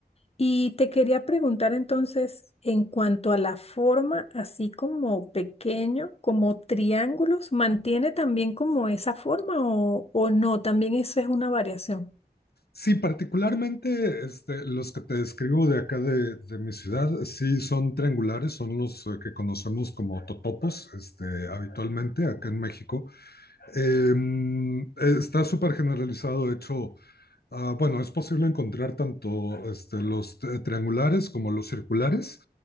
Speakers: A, on the left (about 35°); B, on the left (about 65°).
A: Y te quería preguntar entonces, en cuanto a la forma, así como pequeño, como triángulos, ¿mantiene también como esa forma o, o no? También eso es una variación.
B: Sí, particularmente este, los que te describo de acá de, de mi ciudad, sí son triangulares, son los eh, que conocemos como totopos este, habitualmente acá en México. Eh, está súper generalizado, de hecho, Ah, bueno, es posible encontrar tanto este, los eh, triangulares como los circulares,